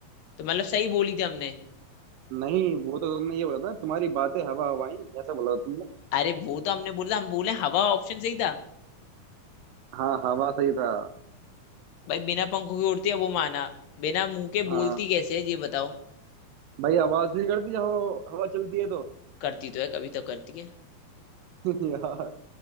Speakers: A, on the left (about 70°); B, on the right (about 75°).
A: तो मतलब सही बोली थी हमने
B: नहीं वो तो तुमने ये बोला था तुम्हारी बातें हवा हवाई ऐसा बोला था तुमने
A: अरे वो तो हमने बोला हम बोले हवा ऑप्शन सही था
B: हाँ हवा सही था
A: भाई बिना पंखों के उड़ती है वो माना बिना मुंह के
B: हाँ
A: बोलती कैसे है ये बताओ
B: भाई आवाज नहीं करती जब हवा हवा चलती है तो
A: करती तो है कभी तो करती है
B: <laughs> यार